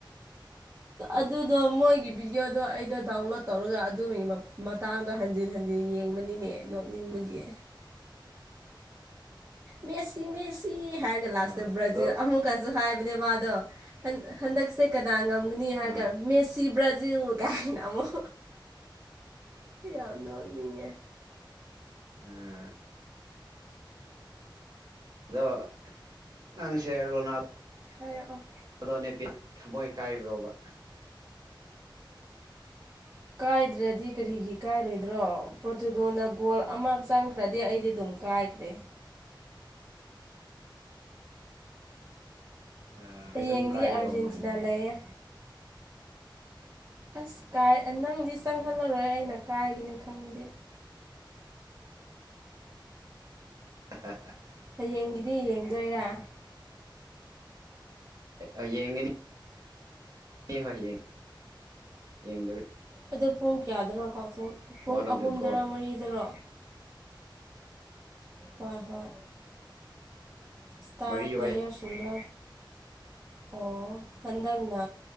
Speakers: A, on the right; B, on the right.
A: ꯑꯗꯨꯗꯣ ꯃꯣꯏꯒꯤ ꯚꯤꯗꯤꯑꯣꯗꯣ ꯑꯩꯗꯣ ꯗꯥꯎꯟꯂꯣꯗ ꯇꯧꯔꯒ ꯑꯗꯨꯒꯤ ꯃꯇꯥꯡꯗꯣ ꯍꯟ ꯍꯟꯖꯤꯟ ꯍꯟꯖꯤꯟ ꯌꯦꯡꯕꯅꯤꯅꯦ ꯅꯣꯛꯅꯤꯡꯕꯒꯤ ꯃꯦꯠꯁꯤ ꯃꯦꯠꯁꯤ ꯍꯥꯏꯔꯒ ꯂꯥꯁꯇ
B: ꯑꯗꯣ
A: ꯕ꯭ꯔꯥꯖꯤꯜ ꯑꯃꯨꯛꯀꯁꯨ ꯍꯥꯏꯕꯅꯦ ꯃꯥꯗꯣ ꯍꯟꯗꯛꯁꯦ ꯀꯅꯥ ꯉꯝꯒꯅꯤ ꯍꯥꯏꯔ
B: ꯑꯥ
A: ꯀꯥꯟ ꯃꯦꯁꯤ ꯕ꯭ꯔꯥꯖꯤꯜ ꯀꯥꯏꯅ ꯑꯃꯨꯣ ꯌꯥꯝ ꯋꯥꯡꯅꯤꯡꯉꯦ
B: ꯑ ꯑꯣ ꯅꯪꯁꯦ ꯔꯣꯅꯥꯜ
A: ꯍꯥꯏꯔꯛꯑꯣ
B: ꯑꯗꯣꯅꯦꯦꯄꯤ ꯊꯃꯣꯏ ꯀꯥꯏꯕ꯭ꯔꯣꯕ
A: ꯀꯥꯏꯗ꯭ꯔꯗꯤ ꯀꯔꯤꯒꯤ ꯀꯥꯏꯔꯣꯏꯗ꯭ꯔꯣ ꯄ꯭ꯔꯣꯇꯨꯒꯣꯅ ꯒꯣꯜ ꯑꯃ ꯆꯪꯈ꯭ꯔꯗꯤ ꯑꯩꯗꯤ ꯑꯗꯨꯝ ꯀꯥꯏꯈ꯭ꯔꯦ
B: <unintelligible> ꯑ ꯑꯩꯣꯏ
A: ꯍꯌꯦꯡꯗꯤ
B: ꯁꯨꯝ ꯀꯥꯏꯗꯧ
A: ꯑꯥꯔꯖꯦꯟꯇꯤꯅꯥ
B: ꯃꯥꯜꯂꯦꯅꯦ
A: ꯂꯩꯌꯦ ꯑꯁ ꯀꯥꯏ ꯅꯪꯗꯤ ꯆꯪꯍꯜꯂꯔꯣꯏ ꯑꯩꯅ ꯀꯥꯏꯒꯅꯤ ꯈꯪꯉꯗꯤ
B: ꯍ ꯍ ꯍ
A: ꯍꯌꯦꯡꯒꯤꯗꯤ ꯌꯦꯡꯗꯣꯏꯔꯥ
B: ꯑꯌꯦꯉꯅꯤ ꯍꯣꯏ ꯌꯦꯡ ꯌꯦꯡꯗ
A: ꯑꯗꯣ ꯄꯨꯡ ꯀꯌꯥꯗꯔꯣ ꯀꯥꯎꯊꯣꯛ ꯄꯨꯡ
B: ꯋꯥꯟ ꯑꯣꯐ
A: ꯑꯍꯨꯝꯗꯔ
B: ꯗ ꯒꯣꯗ
A: ꯃꯔꯤꯗꯔꯣ ꯍꯣꯏ ꯍꯣꯏ ꯏꯁꯇꯥꯔ
B: ꯃꯔꯤ
A: ꯄ꯭ꯂꯦꯌꯔꯁꯤꯡꯗꯣ
B: ꯋꯥꯏ
A: ꯑꯣ ꯍꯟꯗꯛꯅ